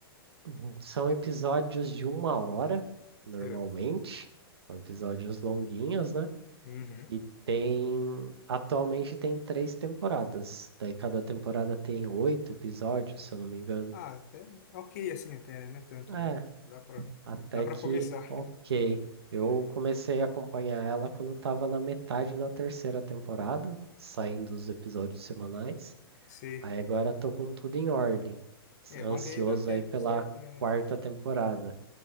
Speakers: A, on the right; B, on the left.
A: Uhum. São episódios de uma hora, normalmente.
B: É.
A: São episódios longuinhos, né?
B: Uhum.
A: E tem. Atualmente tem três temporadas. Daí cada temporada tem oito episódios, se eu não me engano.
B: Ah, até ok assim até, né? Não é tanto,
A: É,
B: não. Dá pra,
A: Até
B: dá pra
A: que,
B: começar.
A: ok.
B: <laughs>
A: Eu
B: É,
A: comecei a acompanhar ela quando estava na metade da terceira temporada, saindo os episódios semanais.
B: sei.
A: Aí agora tô com tudo em ordem, s-
B: É bom
A: ansioso
B: que aí dá tempo
A: aí pela
B: certinho, né?
A: quarta temporada.